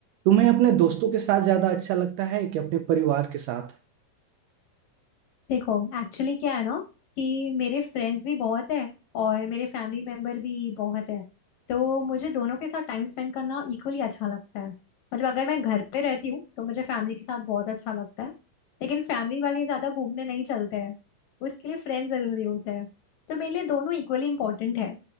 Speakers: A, on the right; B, on the left.
A: तुम्हें अपने दोस्तों के साथ ज्यादा अच्छा लगता है कि अपने परिवार के साथ
B: देखो एक्चुअली क्या है ना कि मेरे फ्रेंड्स भी बहुत है और मेरे फैमिली मेंबर भी बहुत है तो मुझे दोनों के साथ टाइम स्पेंड करना इक्वली अच्छा लगता है मतलब अगर मैं घर पे रहती हूँ तो मुझे फैमिली के साथ बहुत अच्छा लगता है लेकिन फैमिली वाले ज्यादा घूमने नहीं चलते हैं उसके लिए फ्रेंड जरूरी होते हैं तो मेरे लिए दोनों इक्वली इंपॉर्टेंट है